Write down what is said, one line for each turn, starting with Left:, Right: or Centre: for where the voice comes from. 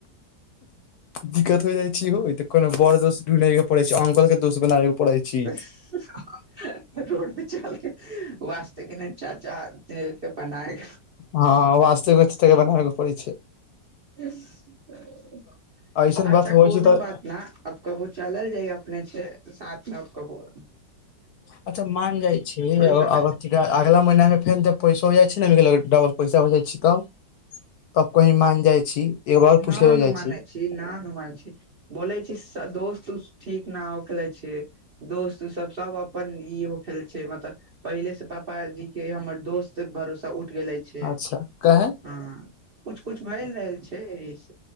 Left: दिक्कत हो जाय छी हो त कोनो बड़ दोस्त ढूंढय के पड़ैइ छैइ अंकल के दोस बनाबे के पड़े छी
Right: हह ह रोड पे चलके वास्ते के नई चाचा के त बनाए
Left: हँ वास्तविक चच्चा के बनाबेके पड़ैइ छैई
Right: त
Left: ऐसन
Right: अच्छा
Left: बात होइ
Right: कोनो
Left: छै तऽ
Right: बात ना आब कबो चलल जाइ अपने छे त साथ में कबहु
Left: अच्छा मान जाइ छैइ अगला
Right: सकै छै
Left: महिना मे फेन तऽ पैसो हो जाइ छैइ ने डबल पैसा हो जाइ छी तब तब कहीं माँग जाइ छी एगो बार पूछ
Right: न
Left: लेबे जाइ
Right: नु मानै छी न नु मान छी बोलै छी दोस्त उस्त ठीक न हो खेलैई छिअई दोस्त सब सब अपन इ हो खेले छिअई मतलब पहिले से पाजी के हमर दोस्त भरोसा उठ गेलै छे
Left: अच्छा
Right: हंअ्
Left: काहे
Right: किछु किछु भै रहल छै एहिस